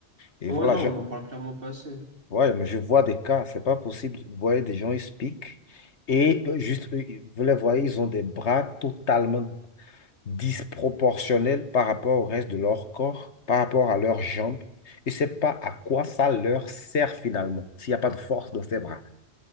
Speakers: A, on the left; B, on the right.
A: et
B: Ouais,
A: voilà,
B: non,
A: je,
B: on n'en parle clairement pas assez.
A: ouais, mais je vois des cas, c'est pas possible. Vous voyez des gens, ils se piquent et euh, juste, euh, vous les voyez, ils ont des bras totalement disproportionnelles par rapport au reste de leur corps, par rapport à leurs jambes. Et c'est pas à quoi ça leur sert finalement, s'il n'y a pas de force dans ses bras.